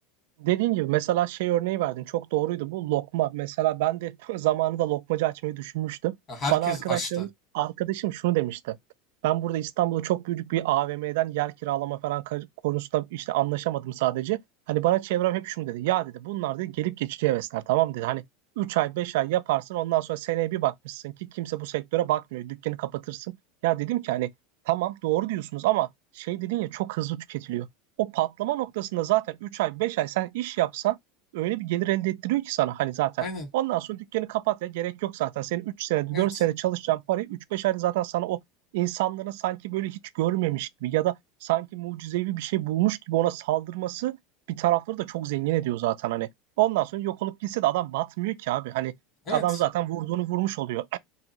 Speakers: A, on the right; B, on the left.
A: Dediğin gibi mesela şey örneği verdin çok doğruydu bu lokma. Mesela ben de <laughs> zamanında lokmacı açmayı düşünmüştüm.
B: Ya herkes
A: Bana arkadaşlarım,
B: açtı.
A: arkadaşım şunu demişti. Ben burada İstanbul'da çok büyük bir AVM'den yer kiralama falan ka- konusunda işte anlaşamadım sadece. Hani bana çevrem hep şunu dedi. Ya dedi bunlar dedi gelip geçici hevesler tamam dedi. Hani 3 ay 5 ay yaparsın ondan sonra seneye bir bakmışsın ki kimse bu sektöre bakmıyor. Dükkanı kapatırsın. Ya dedim ki hani tamam doğru diyorsunuz ama şey dedin ya çok hızlı tüketiliyor. O patlama noktasında zaten 3 ay 5 ay sen iş yapsan öyle bir gelir elde ettiriyor ki sana hani zaten.
B: Aynen.
A: Ondan sonra dükkanı kapat ya gerek yok zaten. Senin üç senede
B: Evet.
A: 4 senede çalışacağın parayı üç beş ayda zaten sana o insanların sanki böyle hiç görmemiş gibi ya da sanki mucizevi bir şey bulmuş gibi ona saldırması bir tarafları da çok zengin ediyor zaten hani. Ondan sonra yok olup gitse de adam batmıyor ki abi. Hani
B: Evet.
A: adam zaten vurduğunu vurmuş oluyor.